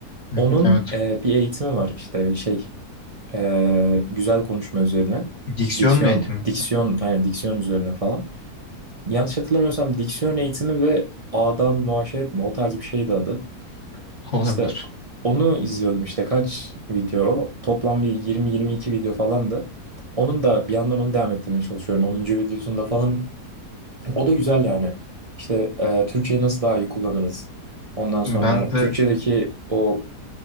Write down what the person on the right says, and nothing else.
Onun
e, bir eğitimi var işte şey e, güzel konuşma üzerine.
Diksiyon,
diksiyon, aynen diksiyon üzerine falan. Yanlış hatırlamıyorsam diksiyon eğitimi ve adab-ı muaşeret mi? O tarz bir şeydi adı.
İşte onu izliyordum işte kaç video toplam bir 20-22 video falandı. Onun da bir yandan onu devam ettirmeye çalışıyorum. Onuncu videosunda falan o da güzel yani. İşte e, Türkçeyi nasıl daha iyi kullanırız? Ondan sonra
Türkçedeki o